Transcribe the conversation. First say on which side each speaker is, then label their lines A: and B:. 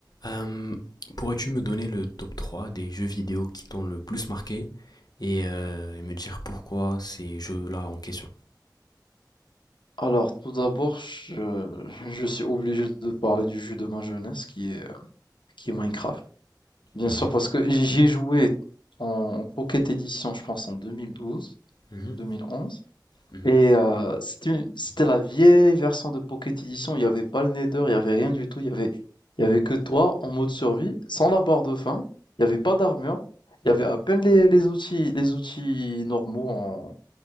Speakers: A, on the left (about 60°); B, on the left (about 85°).
A: Euh, pourrais-tu me donner le top 3 des jeux vidéo qui t'ont le plus marqué et, euh, et me dire pourquoi ces jeux-là en question?
B: Alors, tout d'abord, je, je suis obligé de parler du jeu de ma jeunesse qui est, qui est Minecraft. Bien
A: Mhm,
B: sûr, parce que j'y ai joué en Pocket Edition, je pense, en 2012,
A: mhm,
B: 2011.
A: mhm,
B: Et euh, c'était, c'était la vieille version de Pocket Edition. Il n'y avait pas le Nether, il n'y avait rien du tout. Il y avait, il y avait que toi en mode survie, sans la barre de faim. Il n'y avait pas d'armure. Il y avait à peine les, les outils, les outils normaux en,